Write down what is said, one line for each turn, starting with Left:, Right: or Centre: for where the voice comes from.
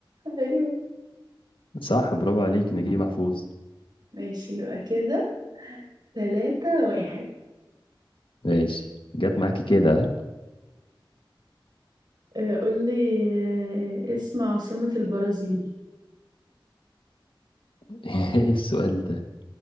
Right: أيوة
Left: صح برافو عليك نجيب محفوظ
Right: ماشي يبقى كده ثلاثة واحد
Left: ماشي جت معاكي كده
Right: آه، قولي آه، اسم عاصمة البرازيل
Left: <laughs> ها؟ ايه السؤال ده